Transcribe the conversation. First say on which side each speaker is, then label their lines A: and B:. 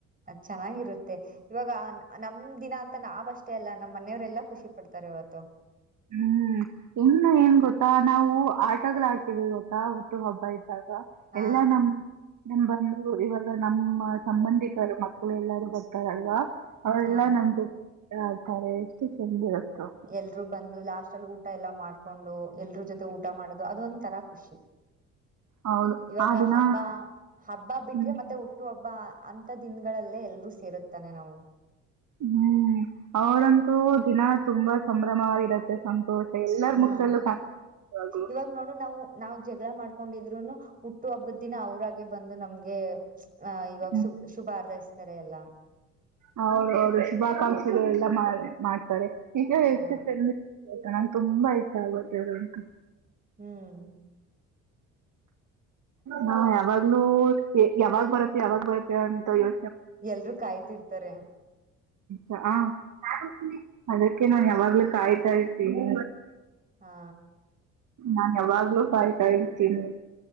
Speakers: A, on the right; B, on the right.
A: ಚೆನ್ನಾಗಿರುತ್ತೆ ಇವಾಗ ನಮ್ ದಿನ ಅಂತ ನಾವ್ ಅಷ್ಟೇ ಅಲ್ಲ ನಮ್ಮ್ ಮನೆಯವರೆಲ್ಲಾ ಖುಷಿ ಪಡ್ತಾರೆ ಇವತ್ತು
B: ಹ್ಮ್ ಇನ್ನು ಏನ್ ಗೊತ್ತಾ ನಾವು ಆಟಗಳ ಆಡ್ತೀವಿ ಗೊತ್ತಾ ಹುಟ್ಟು ಹಬ್ಬ
A: ಹಾ
B: ಎಲ್ಲಾ ನಮ್ ನಮ್ ಬಂದು ಇವಾಗ್. ಈಗ ನಮ್ಮ ಸಂಬಂಧಿಕರು ಮಕ್ಕಳು ಎಲ್ಲಾರೂ ಬರ್ತಾರಲ್ವಾ ಅವರೆಲ್ಲಾ
A: ಹ
B: ನಮ್ದು ಆಡ್ತಾರೆ ಎಷ್ಟು ಚೆಂದ ಇರುತ್ತೋ
A: ಎಲ್ರೂ ಬಂದು ಲಾಸ್ಟ್ ಅಲ್ಲಿ ಊಟ ಎಲ್ಲಾ ಮಾಡ್ಕೊಂಡು ಎಲ್ರ ಜೊತೆ ಊಟ ಮಾಡೋದು ಅದೊಂ ತರಾ ಖುಷಿ
B: ಹೌದು
A: ಇವಾಗ
B: ಆ ದಿನ
A: ಹಬ್ಬ ಹಬ್ಬ ಬಿಟ್ರೆ
B: ಹ್ಮ್
A: ಮತ್ತೆ ಹುಟ್ಟು ಹಬ್ಬ ಅಂತ ದಿನಗಳಲ್ಲೇ ಎಲ್ರೂ ಸೇರುತ್ತಾನೆ ನಾವು
B: ಹ್ಮ್ ಅವರಂತೂ ದಿನ ತುಂಬಾ ಸಂಭ್ರಮವಾಗಿರತ್ತೆ. ದೋಶ <inaudible> ಎಲ್ಲಾರ
A: ಹಾ
B: ಮುಖದಲ್ಲೂ ಕಾಣ್ತಿತ್ತ ಯಾವಾಗ್ಲೂ
A: ಇವಾಗ ನೋಡು ನಾವು ನಾವು ಜಗಳ ಮಾಡ್ಕೊಂಡಿದ್ರುನು ಹುಟ್ಟು ಹಬ್ಬದ ದಿನ ಅವ್ರಾಗೆ ಬಂದು ನಮ್ಗೆ ಹ ಇವಾಗ
B: ಹ್ಮ್
A: ಶು ಶುಭಾ ಹಾರೈಸತ್ತಾರೆ. ಸರೆಯಲ್ಲ
B: ಹೌದು ಅವರು ಶುಭಾಕಾಂಕ್ಷೆಗಳೆಲ್ಲ ಮಾಡ ಮಾಡ್ ಈಗ
A: ಹಾ
B: ಎಷ್ಟು ಚಂದ ಆಯ್ತಾ ನನಗೆ ತುಂಬಾ ಇಷ್ಟ ಆಗುತ್ತೆ ಅದುಂತು
A: ಹ್ಮ್
B: ಹಾ ಯಾವಾಗ್ಲೂ ಯಾವಾಗ್ ಬರತ್ತೆ ಯಾವಾಗ್ ಬರತ್ತ ಅಂತ ಯೋ
A: ಎಲ್ರರು ಕಾಯ್ತಿರ್ತಾರೆ
B: ಹ ಹ ಅದಕ್ಕೆ ನಾ ಯಾವಾಗ್ಲೂ ಕಾಯ್ತಾ ಇರ್ತೀನಿ
A: ಹಾ
B: ನಾನ್ ಯಾವಾಗ್ಲೂ ಕಾಯ್ತು ನಾ ಇರ್ತೀನಿ